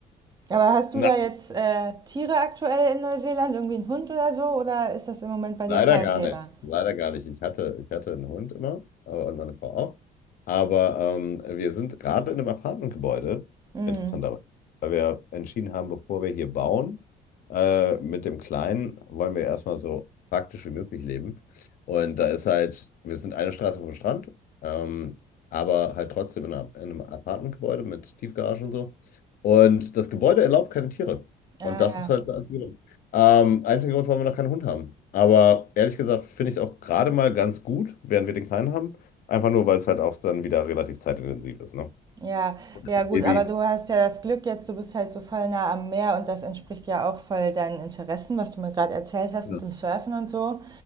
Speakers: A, on the right (about 25°); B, on the left (about 55°).
A: Aber hast
B: Na,
A: du da jetzt äh, Tiere aktuell in Neuseeland? Irgendwie einen Hund oder so? Oder ist das im Moment bei dir
B: Leider
A: kein
B: gar
A: Thema?
B: nicht. Leider gar nicht. Ich hatte, ich hatte einen Hund immer äh, und meine Frau auch. Aber ähm, wir sind gerade in einem Apartmentgebäude,
A: Mhm.
B: interessanterweise, weil wir entschieden haben, bevor wir hier bauen, äh, mit dem Kleinen wollen wir erstmal so praktisch wie möglich leben. Und da ist halt, wir sind eine Straße vom Strand, ähm, aber halt trotzdem in, einer, in einem Apartmentgebäude mit Tiefgarage und so. Und das Gebäude erlaubt keine Tiere.
A: Ja,
B: Und
A: ja.
B: das ist halt. Ähm, einziger Grund, warum wir noch keinen Hund haben. Aber ehrlich gesagt finde ich es auch gerade mal ganz gut, während wir den Kleinen haben. Einfach nur, weil es halt auch dann wieder relativ zeitintensiv ist, ne?
A: Ja, ja
B: Das
A: gut,
B: Baby.
A: aber du hast ja das Glück jetzt, du bist halt so voll nah am Meer und das entspricht ja auch voll deinen Interessen, was du mir gerade erzählt hast
B: Genau.
A: mit dem Surfen und so.